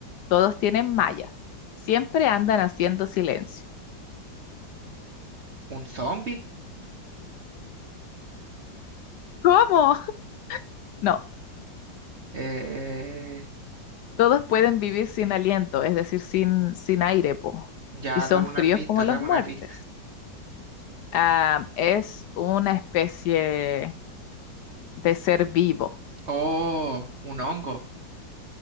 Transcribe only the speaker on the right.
¿Un zombie?
Eh,
ya,
dame
una pista,
dame
una pista.
Oh, un hongo.